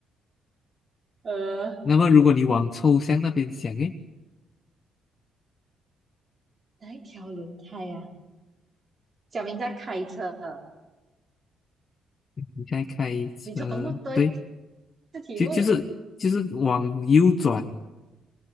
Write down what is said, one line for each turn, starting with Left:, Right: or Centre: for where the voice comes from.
Right: 呃，
Left: 那么如果你往抽象那边想，诶，
Right: 哪一条轮胎呀、啊？小明在开车，
Left: 你在开车，
Right: 你重复多一次
Left: 对，
Right: 题目。
Left: 就就是就是往右转。